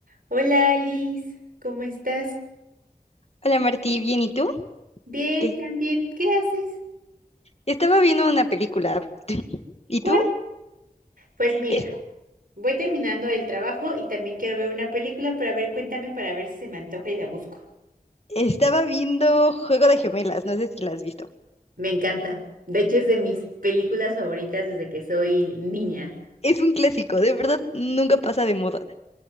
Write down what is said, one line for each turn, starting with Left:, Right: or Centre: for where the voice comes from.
Right: Hola Alice, ¿cómo estás?
Left: Hola Martí, bien, ¿y tú?
Right: Bien,
Left: ¿Qué?
Right: también. ¿Qué haces?
Left: Estaba viendo una película. <laughs> ¿Y
Right: ¿Cuál?
Left: tú?
Right: Pues mira,
Left: Es-
Right: voy terminando el trabajo y también quiero ver una película para ver, cuéntame para ver si se me antoja y la busco.
Left: estaba viendo Juego de Gemelas, no sé si la has visto.
Right: Me encanta. De hecho, es de mis películas favoritas desde que soy niña.
Left: Es un clásico, de verdad, nunca pasa de moda.